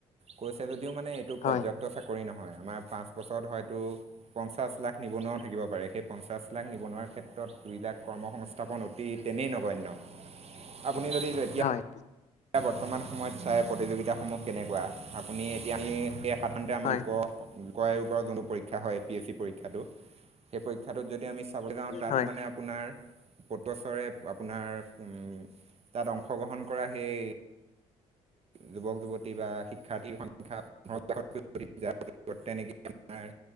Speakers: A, on the right; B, on the left.
A: কৈছে যদিও মানে এইটো
B: হয়
A: পৰ্যাপ্ত চাকৰি নহয় আমাৰ পাঁচ বছৰত হয়তো পঞ্চাছ লাখ। কোনেও থাকিব পাৰে সেই পঞ্চাছ, লাখ নিবনুৱাৰ ক্ষেত্ৰত দুই লাখ, কৰ্ম সংংস্থাপন অতি তেনেই নগণ্য। আপুনি যদি যেতিয়া।
B: হয়।
A: এতিয়া বৰ্তমান সময়ত চাই প্ৰতিযোগিতাসমূহ কেনেকুৱা। আপুনি এতিয়া আমি সেই সাধাৰণতে আমাৰ
B: হয়
A: লোক লোক আয়োগৰ যোনটো পৰীক্ষা হয়। পি, এছ, চি, পৰীক্ষাটো সেই পৰীক্ষাটোত যদি আমি চাবলৈ যাওঁ তাত
B: হয়
A: মানে আপোনাৰ পটচৰে আপোনাৰ তাত অংশগ্ৰহণ কৰা সেই যুৱক যুৱতী বা শিক্ষাৰ্থীৰ সংখ্যা পোন্ধৰ লাখ যাৰ পৰিবৰ্তে আমাৰ